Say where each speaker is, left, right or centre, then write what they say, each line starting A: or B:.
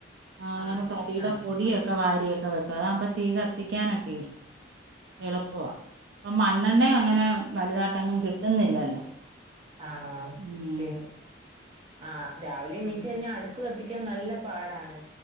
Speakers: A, on the right (about 60°); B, on the right (about 30°).
A: ആ അങ്ങനെ
B: ആഹ് അതെ
A: തടിയുടെ
B: ആഹ്
A: പൊടിയൊക്കെ വാരിയെ ക്കെ വെക്കും അതാവ്മ്പോ തീ കത്തിക്കാനൊക്കെ
B: ആഹ്
A: എള്പ്പവാ
B: എളുപ്പവാ
A: മ ണ്ണണ്ണയും അങ്ങനെ വലുതാട്ടങ്ങും കിട്ടുന്നില്ലല്ലോ
B: ആ
A: ഉം.
B: പിൻ ആ രാവിലെ എണീറ്റ്
A: ഉം.
B: കഴിഞ്ഞ അടുപ്പ് ക ത്തിക്കാൻ നല്ല പാടാണ്